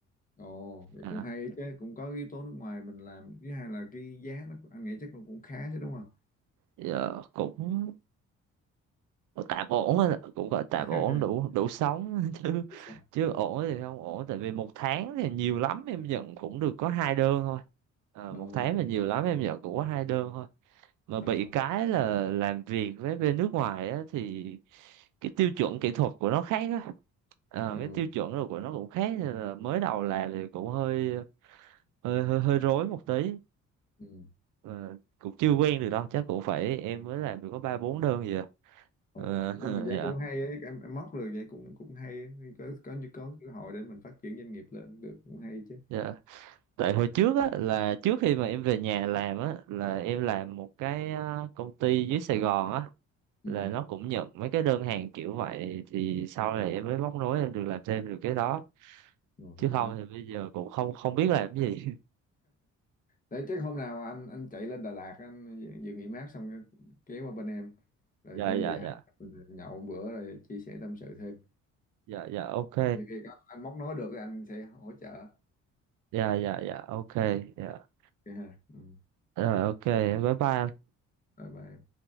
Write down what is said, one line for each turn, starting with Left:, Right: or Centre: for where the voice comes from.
Left: Ồ, vậy
Right: à,
Left: cũng hay đấy chứ, cũng có yếu tố nước ngoài mình làm, thứ hai là cái giá nó anh nghĩ chắc nó cũng khá chứ đúng không?
Right: giờ cũng tạm ổn á, cũng gọi
Left: <laughs>
Right: tạm ổn đủ đủ sống <laughs> chứ
Left: Không sao.
Right: chứ ổn thì không ổn tại vì một tháng thì nhiều lắm em nhận cũng được có hai đơn thôi à,
Left: Ờ,
Right: một tháng mà nhiều
Left: ờ,
Right: lắm em nhận cũng có hai đơn thôi mà
Left: ờ,
Right: bị cái là làm việc với bên nước ngoài á thì cái tiêu chuẩn kỹ thuật của nó khác á Ờ,
Left: ừ,
Right: cái tiêu chuẩn rồi của nó cũng khác nên là mới đầu làm thì cũng hơi hơi hơi, hơi rối một tí
Left: ừ.
Right: Ờ, cũng chưa quen được đâu chắc cũng phải em mới làm được có ba bốn đơn gì à
Left: Ồ,
Right: Ờ,
Left: nhưng
Right: <laughs>
Left: mà vậy
Right: dạ
Left: cũng hay ấy, em, em móc được vậy cũng cũng hay, ấy. có có như có cơ hội để mình phát triển doanh nghiệp lên được cũng hay chứ.
Right: dạ tại
Left: Ừ,
Right: hồi trước á là trước khi mà em về nhà làm á là em làm một cái ờ, công ty dưới Sài Gòn á
Left: ừ,
Right: là nó cũng nhận mấy cái đơn hàng kiểu vậy thì sau này em mới móc nối em được làm thêm được cái đó
Left: rồi,
Right: chứ
Left: hay
Right: không
Left: quá.
Right: thì bây giờ cũng không không biết làm cái gì
Left: Đấy chắc hôm nào anh anh chạy lên Đà Lạt anh vừa nghỉ mát xong cái- kéo qua bên em
Right: <laughs>
Left: rồi
Right: dạ
Left: có gì
Right: dạ
Left: hai
Right: dạ
Left: mình nhậu một bữa rồi chia sẻ tâm sự thêm.
Right: dạ dạ ok
Left: Nhiều khi có anh móc nói được anh sẽ hỗ trợ.
Right: dạ dạ dạ ok dạ
Left: Vậy hả? Ừ.
Right: rồi ok bye bye
Left: Rồi bye.